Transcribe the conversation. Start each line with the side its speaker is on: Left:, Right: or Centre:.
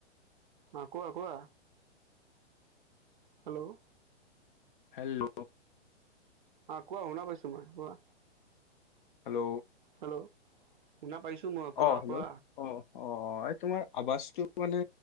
Right: অ, কোৱা। কোৱা। হেল্ল'।
Left: হেল্ল'।
Right: অ', কোৱা শুনা পাইছো মই, কোৱা।
Left: হেল্ল'।
Right: হেল্ল'। শুনা পাইছো মই। কোৱা
Left: অ', হেল্ল'।
Right: কোৱা
Left: অ, অ, এই তোমাৰ আৱাজটো মানে